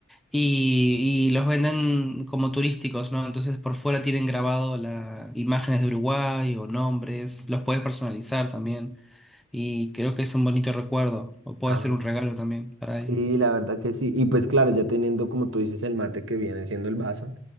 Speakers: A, in the centre; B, on the right.
A: Y, y los venden como turísticos, ¿no? Entonces por fuera tienen grabado la, imágenes de Uruguay o nombres, los puedes personalizar también. Y creo que es un bonito recuerdo, o puede
B: Ah,
A: ser un regalo también para alguien.
B: sí, la verdad que sí, y pues claro, ya teniendo como tú dices el mate que viene siendo el vaso.